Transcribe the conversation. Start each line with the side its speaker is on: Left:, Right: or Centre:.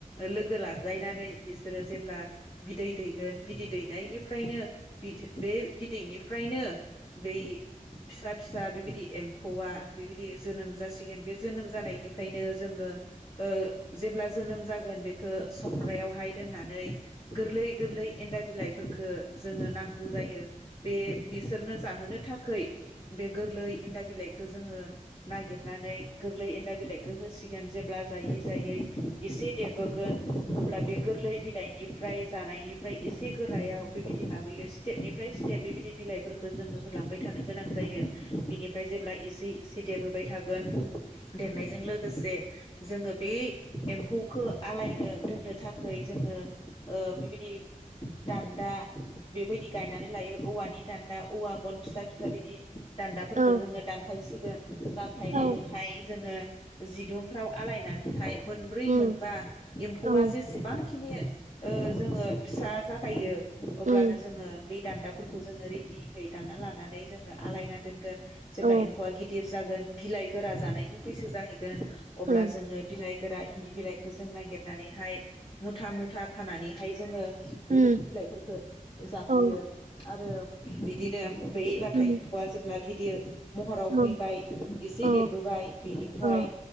Left: लोगो लाज्लायनानै सोरो जेब्ला बिदै दै बिदै दैनायनिफ्रायनो बे बिदैनि निफ्रायनो बे फिसा फिसा बेबायदि एम्फौआ बिबायदि जोनोम जासिगोन बे जोनोम जानाय निफ्रायनो जोङो ओ जेब्ला जोनोम जा गोन बे खो संग्रायावहाय दोननानै गोरलै गोरलै एन्न्दा बिलाइफोरफोरखो जोङो नांगौ जायो। बे बिसोरनो जाहो नो थाखै बे गोरलै एन्न्दा बिलाइ खो जोङो नागिरनानै गोरलै एन्न्दा बिलाइखौ होसिगोन जेब्ला जायै जायै एसे देरबोगोन अब्ला बे गोरलै बिलाइ निफ्राय जा फ्राय एसे गोरायाव बेबायदि लाबोयो स्टेपनिफ्राय स्थेफ बिदि बिलाइफोरखो जोङो होलांबाय थानो गोनां जा यो बेनिफ्राय जेब्ला एसे इसे देरबोबाय था गोन देरनायजों लो गोसे जोङो बे एम्फौखो आलायनो दोननो था खै जोङो ओ बिबायदि दान्दा बेबायदि गायनानै लायो औवानि दान्दा औवा गन फिसा फि <unintelligible> बिदि दान्दाफोरखौ
Right: औ
Left: जोङो दानफायसिगोन दानफायनानैहाय
Right: औ
Left: जोङो जिदुंफ्राव आलायनानैहाय मोनब्रै
Right: उम
Left: मोनबा एम्फौआ
Right: औ
Left: जेसेबांखि नि ओ जोङो फिसा जागायो। अब्लानो
Right: उम
Left: जोङो बे दान्दाफोरखौ जोङो रेडियै दान्ना लानानै जोङो आलायना दोनगोन। जेब्ला
Right: औ
Left: एम्फौआ गिदिर जागोन बिलाइ गोरा जानायनि बैसो जाहै गोन अब्ला
Right: औ
Left: जोङो बिलाइ गोरा इन्दि बिलाइखो जों नागिरनानैहाय मुथा मुथा खानानैहाय जोङो बेबायदि
Right: उम
Left: बिलाइफोरखौ जाहोयो
Right: औ
Left: आरो बिदिनो बेै लाथा
Right: उम
Left: एम्फौआ जेब्ला गि दिर महराव
Right: औ
Left: फैबाय एसे
Right: औ
Left: देरबोबाय बेनिफ्राय
Right: औ